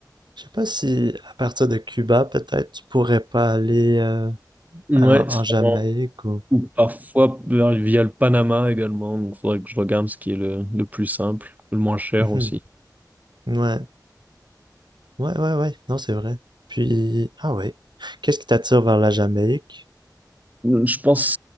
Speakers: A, on the right; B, on the right.
A: Je sais pas si à partir de Cuba, peut-être tu pourrais pas aller euh,
B: Ouais,
A: en, en
B: sûrement.
A: Jamaïque ou.
B: Ou parfois vers- via le Panama également. Donc faudrait que je regarde ce qui est le, le plus simple, le moins cher
A: Mhm.
B: aussi.
A: Ouais, ouais, ouais, ouais. Non, c'est vrai. Puis, ah ouais. Qu'est-ce qui t'attire vers la Jamaïque?
B: Je pense que